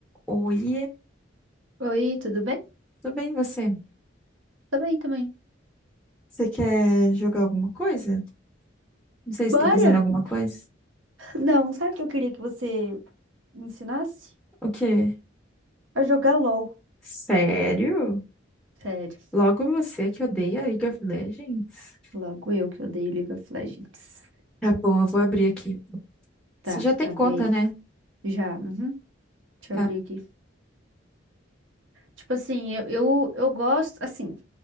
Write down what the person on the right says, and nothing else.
Oi, tudo bem?
Tô bem também.
Bora?
Não, sabe o que eu queria que você me ensinasse?
A jogar LOL.
Sério,
logo eu que odeio League of Legends.
Tá,
abre
aí.
Já, uhum. Deixa
eu abrir aqui. Tipo assim, eu, eu, eu gosto, assim,